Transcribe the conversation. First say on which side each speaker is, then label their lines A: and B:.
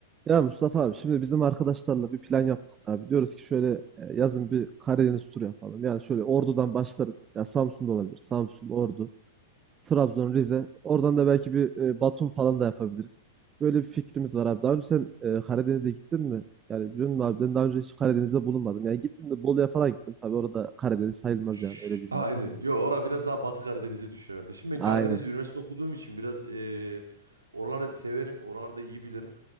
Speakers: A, on the right; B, on the right.
A: Ya Mustafa abi şimdi bizim arkadaşlarla bir plan yaptık abi. Diyoruz ki şöyle e, yazın bir Karadeniz turu yapalım. Yani şöyle Ordu'dan başlarız. Ya Samsun'da olabilir. Samsun, Ordu, Trabzon, Rize. Oradan da belki bir e, Batum falan da yapabiliriz. Böyle bir fikrimiz var abi. Daha önce sen e, Karadeniz'e gittin mi? Yani biliyor musun abi ben daha önce hiç Karadeniz'de bulunmadım. Yani gittim de Bolu'ya falan gittim. Tabii orada Karadeniz sayılmaz
B: Şş,
A: yani öyle diyeyim
B: Aynen.
A: abi.
B: Yo ora biraz daha Batı Karadeniz'e düşüyor kardeşim. Ben
A: Aynen.
B: Karadeniz'de üniversite okuduğum için biraz eee oraları severim. Oralarda iyi bilirim.